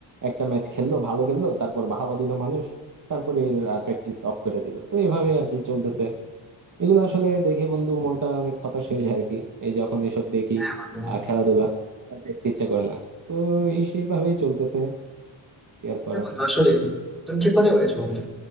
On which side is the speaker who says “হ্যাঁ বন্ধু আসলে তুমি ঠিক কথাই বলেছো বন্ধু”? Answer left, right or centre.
Centre